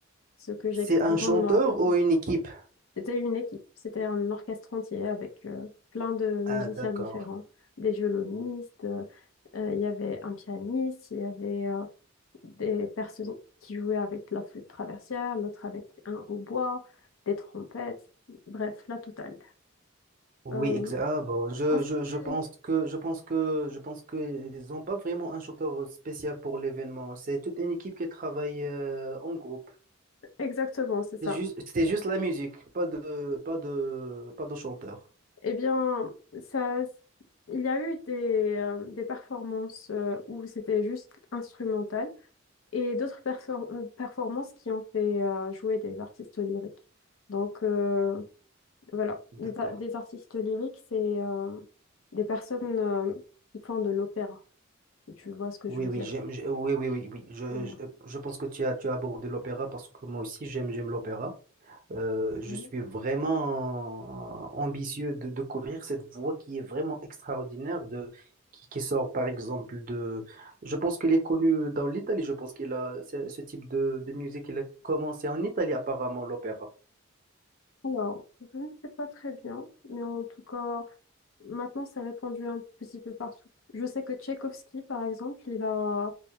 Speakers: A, on the left; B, on the right.
A: ce que j'ai
B: C'est un
A: grandement
B: chanteur
A: apprécié.
B: ou une équipe?
A: C'était une équipe, c'était un orchestre entier avec euh, plein de
B: Ah,
A: musiciens
B: d'accord.
A: différents, des violonistes, euh, euh, il y avait un pianiste, il y avait euh, des personnes qui jouaient avec la flûte traversière, l'autre avec un hautbois, des trompettes, bref, la totale.
B: Oui,
A: Euh,
B: exact. Ah, bon, je,
A: en ce
B: je,
A: qui-
B: je pense que je pense que je pense que ils n'ont pas vraiment un chanteur spécial pour l'événement. C'est toute une équipe qui travaille euh, en groupe.
A: Exactement, c'est ça.
B: C'est juste, c'est juste la musique, pas de pas de pas de chanteur.
A: Eh bien, ça, il y a eu des, euh, des performances euh, où c'était juste instrumental. et d'autres perfor- euh, performances qui ont fait euh, jouer des artistes lyriques. Donc euh, voilà,
B: D'accord.
A: des, a- des artistes lyriques, c'est euh, des personnes euh, qui font de l'opéra, si tu vois ce que
B: Oui,
A: je veux
B: oui,
A: dire.
B: j'aime, j'ai- oui, oui, oui, oui. Je,
A: Voilà.
B: je, je pense que tu as tu as abordé l'opéra parce que moi aussi j'aime j'aime l'opéra. Euh, je
A: Mhm.
B: suis vraiment ambitieux de, de couvrir cette voie qui est vraiment extraordinaire, de, qui, qui sort par exemple de... Je pense qu'elle est connue dans l'Italie, je pense qu'il a ce, ce type de, de musique, il a commencé en Italie apparemment, l'opéra.
A: Alors, je ne sais pas très bien, mais en tout cas, maintenant, c'est répandu un petit peu partout. Je sais que Tchaïkovski, par exemple, il a,